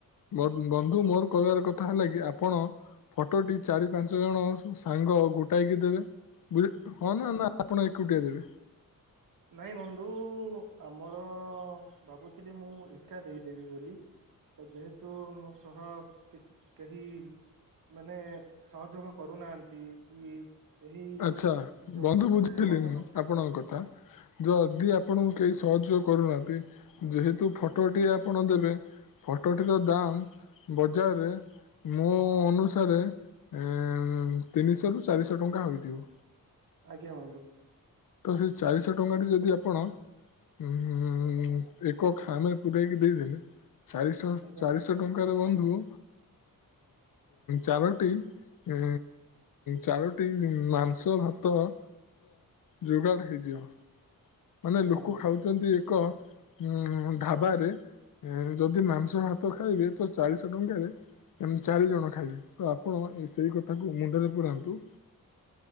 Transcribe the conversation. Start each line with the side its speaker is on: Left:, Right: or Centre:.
Left: ବନ୍ ବନ୍ଧୁ ମୋର କହିବାର କଥା ହେଲା କି ଆପଣ ଫଟୋଟି ଚାରି ପାଞ୍ଚ ଜଣ ସବୁ ସାଙ୍ଗ ଗୋଟାଇକି ଦେବେ। ବୁଲି ହଁ ନା ନା ଆପଣ ଏକୁଟିଆ ଦେବେ।
Right: ନାଇଁ ବନ୍ଧୁ ଆମର ଭାବୁଥିଲି ମୁଁ ଏକା ଦେଇଦେବି ବୋଲି। ତ ଯେହେତୁ ମୋ ସହ କି କେହି ମାନେ ସହଯୋଗ କରୁନାହାନ୍ତି କି ଏହିସ୍
Left: ଆଚ୍ଛା
Right: ଯୋଗ
Left: ବନ୍ଧୁ
Right: ତାମାନେ
Left: ବୁଝିଲି
Right: ମତେ
Left: ମୁଁ
Right: ତ
Left: ଆପଣଙ୍କ କଥା ଯଦି ଆପଣଙ୍କ କେହି ସହଯୋଗ କରୁନାହାନ୍ତି ଯେହେତୁ ଫଟୋଟି ଆପଣ ଦେବେ ଫଟୋଟିର ଦାମ୍ ବଜାରରେ ମୋ ଅନୁସାରେ, ଏ ତିନିଶହ ରୁ ଚାରିଶହ ଟଙ୍କା ହୋଇଥିବ।
Right: ଆଜ୍ଞା, ବନ୍ଧୁ।
Left: ତ, ସେଇ ଚାରିଶହ ଟଙ୍କାଟି ଯଦି ଆପଣ ହୁଁ ହୁଁ, ଏକ ଖାମରେ ପୁୁରେଇକି ଦେଇଦେଲେ ଚାରିଶହ,
Right: ଆଜ୍ଞା
Left: ଚାରିଶହ ଟଙ୍କାରେ ବନ୍ଧୁ, ଚାରୋଟି ଉ, ଚାରୋଟି ମାଂସ, ଭାତର ଯୋଗାଡ଼ ହେଇଯିବ। ମାନେ
Right: ଆଜ୍ଞା
Left: ଲୋକ
Right: ବନ୍ଧୁ
Left: ଖାଉଚନ୍ତି ଏକ, ଉଁ ଢାବାରେ ଯଦି ମାଂସ ହାତ ଖାଇବେ, ତ ଚାରିଶ ଟଙ୍କାରେ ଏମିତି ଚାରିଜଣ ଖାଇବେ, ତ ଆପଣ ଏ ସେଇ କଥାକୁ ମୁଣ୍ଡରେ ପୁରାନ୍ତୁ